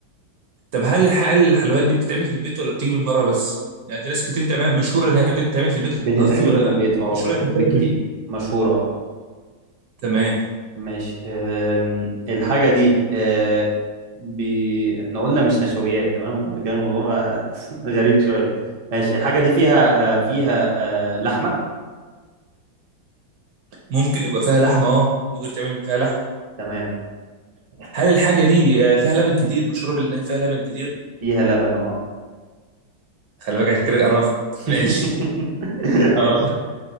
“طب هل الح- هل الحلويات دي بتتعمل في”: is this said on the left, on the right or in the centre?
Right